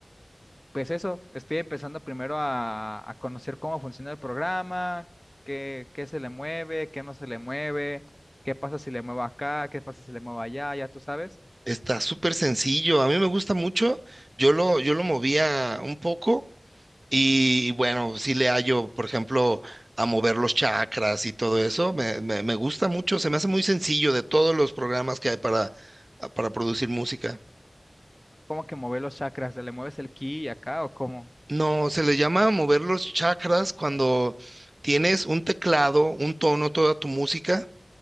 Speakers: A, on the left; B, on the right.
A: pues eso, estoy empezando primero a, a conocer cómo funciona el programa, qué, qué se le mueve, qué no se le mueve, qué pasa si le muevo acá, qué pasa si le muevo allá, ya tú sabes,
B: Está súper sencillo, a mí me gusta mucho. Yo lo, yo lo movía un poco. Y, y bueno, sí le hallo, por ejemplo, a mover los chakras y todo eso. Me, me, me gusta mucho, se me hace muy sencillo de todos los programas que hay para, para producir música.
A: cómo que mover los chakras, ¿le mueves el ki acá o cómo?
B: No, se le llama mover los chakras cuando tienes un teclado, un tono, toda tu música,